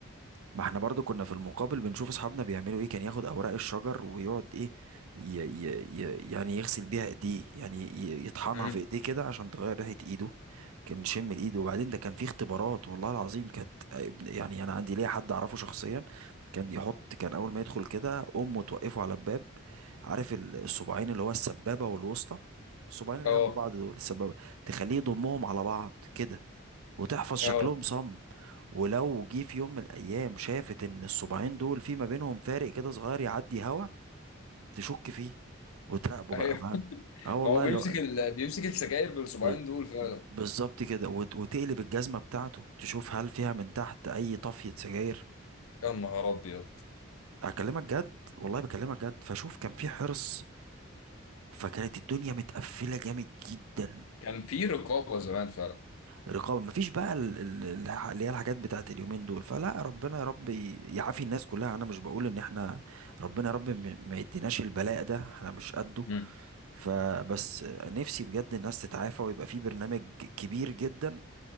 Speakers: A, on the right (about 85°); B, on the left (about 80°).
A: ما احنا برضو كنا في المقابل بنشوف اصحابنا بيعملوا ايه كان ياخد اوراق الشجر ويقعد ايه ي ي ي يعني يغسل بيها ايديه يعني ي- يطحنها
B: مم.
A: في ايديه كده عشان تغير ريحة ايده كان شم الايد وبعدين ده كان في اختبارات والله العظيم كانت ابن- يعني انا عندي ليا حد اعرفه شخصيا كان يحط كان اول ما يدخل كده امه توقفه على الباب عارف ال- الصباعين اللي هو السبابة والوسطى الصباعين اللي
B: اه
A: جنب بعض دول السبابة تخليه يضمهم على بعض كده وتحفظ شكلهم
B: اه
A: صم ولو جه في يوم من الايام شافت ان الصباعين دول في ما بينهم فارق كده صغير يعدي هوا تشك فيه وتراقبه
B: ايوه
A: بقى فاهم اه والله
B: ما هو بيمسك
A: اللي هو
B: ال... بيمسك السجاير بالصباعين
A: ب-
B: دول فعلا
A: ب- بالظبط كده وت- وتقلب الجزمه بتاعته تشوف هل فيها من تحت اي طفيه سجاير
B: يا نهار ابيض
A: اكلمك جد والله بكلمك جد فشوف كان في حرص فكانت الدنيا متقفله جامد جدا
B: كان في رقابه زمان فعلا
A: رقابة مفيش بقى ال- ال- الح- اللي هي الحاجات بتاعت اليومين دول فلا ربنا يا رب ي- يعافي الناس كلها انا مش بقول ان احنا ربنا يا رب م- ما يديناش البلاء ده احنا مش قده
B: مم.
A: فبس نفسي بجد الناس تتعافى ويبقى في برنامج كبير جدا